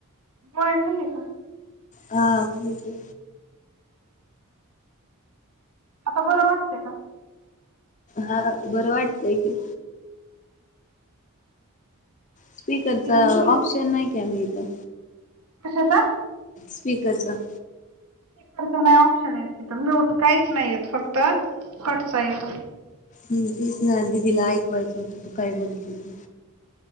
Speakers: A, on the right; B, on the left.
A: पोळ्या खाल्ली का?
B: हा कमच.
A: आता बरं वाटते का?
B: हा बरं वाटतंय की. स्पीकरचा
A: दिदीला म्हणले
B: ऑप्शन नाही कलं इथं.
A: कशाचा
B: स्पीकरचा
A: खच नाही ऑप्शन य तिथं म्यूट काहीच नाहीयेत फक्त कटचा येतो.
B: हम तेीच ना दिदीला ऐकवायचं होतं तू काय बोलते त